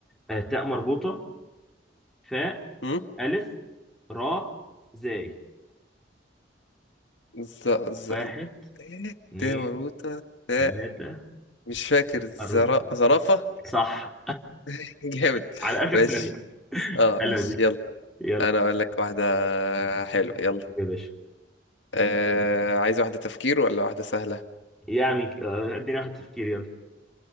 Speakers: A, in the centre; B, on the left.
A: آه... تاء مربوطه فاء
B: أم؟
A: الف راء زاي
B: ز ز
A: واحد
B: إيه؟
A: اتنين
B: ت مربوطة ت
A: تلاته
B: مش فاكر زرا...
A: اربعه
B: زرافة
A: صح
B: <laughs> جامد
A: <laughs> على اخر
B: ماشي
A: ثانيه <laughs>
B: اه
A: حلوه
B: ماشي
A: دي
B: يلا
A: يلا
B: انا اقول لك واحدة حلوة يلا
A: يا باشا
B: آه عايز واحدة تفكير ولا واحدة سهلة
A: يعني آه، اديني واحد تفكير يلا